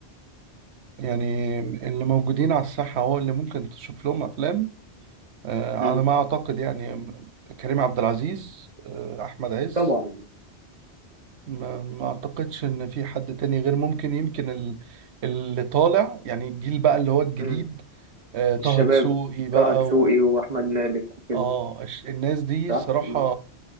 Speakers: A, on the right (about 75°); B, on the right (about 40°).
A: يعني اللي موجودين على الساحة هو اللي ممكن تشوف لهم أفلام آه، على
B: مم.
A: ما أعتقد يعني كريم عبد العزيز آه، أحمد عز
B: طبعا
A: ما, ما أعتقدش إن في حد تاني غير ممكن يمكن ال- اللي طالع يعني الجيل بقى اللي هو الجديد
B: مم.
A: آه، طه
B: الشباب
A: دسوقي بقى
B: طه دسوقي
A: و...
B: وأحمد مالك وكده
A: آه الش- الناس دي
B: صح
A: صراحة
B: مم.